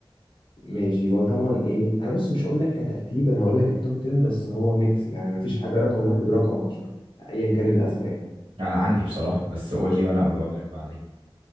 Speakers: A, on the left; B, on the right.
A: ماشي هو طبعا ايه انا بص مش هقول لك كترتيب انا هقول لك التوب 10 بس هو ميكس يعني مفيش حاجه رقم واحد ورقم 10 ايا كان الاسماء
B: انا عندي بصراحة بس قول لي وانا بقول لك بعدين